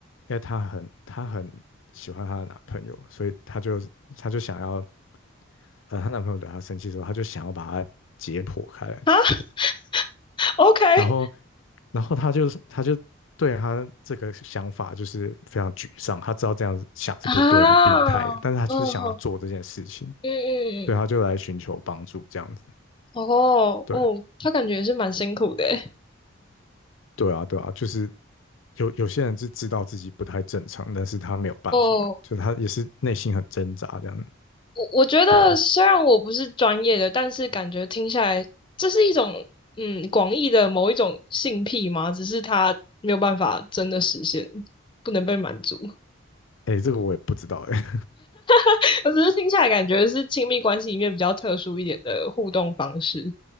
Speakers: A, on the left; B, on the left.
A: 为她很她很喜欢她的男朋友，所以她就她就想要呃，她男朋友惹她生气的时候，她就想要把她解剖开来，
B: 啊 <laughs>，OK，
A: 然后然后她就是她就对她这个想法就是非常沮丧，她知道这样子想是不对，
B: 啊，
A: 很病态的，但是她就是想要做这件事情，
B: 嗯哼，嗯嗯嗯，
A: 对，她就来寻求帮助这样子，
B: 哦哦，
A: 对。
B: 他感觉也是蛮辛苦的欸。
A: 对啊，对啊，就是有有些人是知道自己不太正常，但是他没有办法，
B: 哦
A: 就他也是内心很挣扎这样，
B: 我我觉得虽然我不是专业的，
A: 对啊，
B: 但是感觉听下来，这是一种嗯广义的某一种性癖嘛，只是它没有办法真的实现，不能被满足。
A: 哎、这个我也不知道哎、
B: <laughs> 我只是听下来感觉是亲密关系里面比较特殊一点的互动方式。